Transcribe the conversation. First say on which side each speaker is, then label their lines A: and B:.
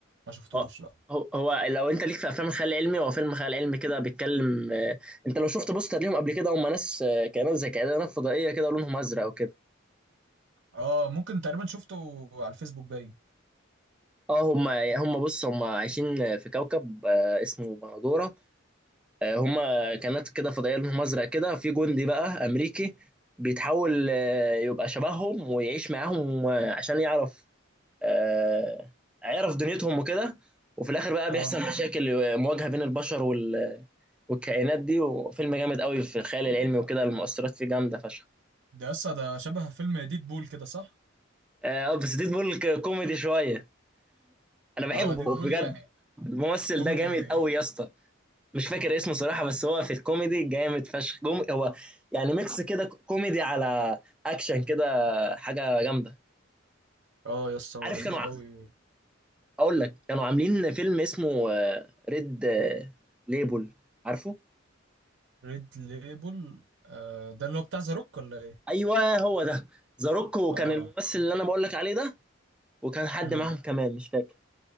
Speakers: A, on the right; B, in the centre.
A: ما شفتوش
B: اه
A: لا
B: هو هو لو انت ليك في افلام الخيال العلمي هو فيلم خيال علمي كده بيتكلم آه، انت لو شفت بوستر ليهم قبل كده هم ناس آه، كائنات زي كائنات فضائيه كده لونهم ازرق وكده
A: اه ممكن تقريبا شفته على الفيسبوك باين
B: اه هم هم بص هم عايشين في كوكب آه، اسمه بندوره هما كانت كده فضائيه لهم ازرق كده في جندي بقى امريكي بيتحول آه، يبقى شبههم ويعيش معاهم آه، عشان يعرف آه، يعرف دنيتهم وكده وفي الاخر بقى
A: اه
B: بيحصل <laughs> مشاكل آه، مواجهه بين البشر وال- والكائنات دي وفيلم جامد قوي في الخيال العلمي وكده المؤثرات فيه جامده فشخ
A: ده لسه ده شبه فيلم ديد بول كده صح
B: اه بس ديد بول كوميدي شويه انا بحبه
A: اه ديد بول
B: بجد
A: يعني
B: الممثل
A: كوميدي
B: ده جامد قوي يا اسطى مش فاكر اسمه صراحة
A: كو-
B: بس هو في الكوميدي جامد فشخ جم... هو يعني ميكس كده كوميدي على اكشن كده حاجة جامدة
A: اه يس هو
B: عارف
A: لذيذ
B: كانوا ع-
A: قوي
B: اقول لك كانوا عاملين فيلم اسمه ريد ليبل عارفه
A: ريد ليبل آه ده اللي هو بتاع ذا روك ولا ايه
B: ايوه هو ده زاروك وكان
A: اه
B: الممثل اللي انا بقول لك عليه ده وكان حد
A: امم
B: معاهم كمان مش فاكر